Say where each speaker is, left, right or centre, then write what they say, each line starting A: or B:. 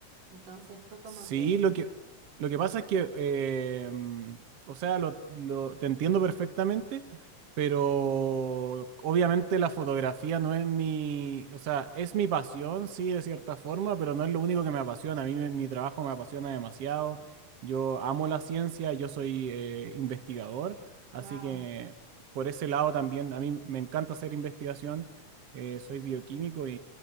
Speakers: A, on the right; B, on the right.
A: Entonces fue como
B: Sí,
A: que,
B: lo que, lo que pasa es que, eh, mm, o sea, lo, lo- te entiendo perfectamente, pero obviamente la fotografía no es mi, o sea, es mi pasión, sí, de cierta forma, pero no es lo único que me apasiona. A mí me- mi trabajo me apasiona demasiado. Yo amo la ciencia, yo soy eh, investigador, así
A: wow,
B: que por ese lado también a mí me encanta hacer investigación. eh, soy bioquímico y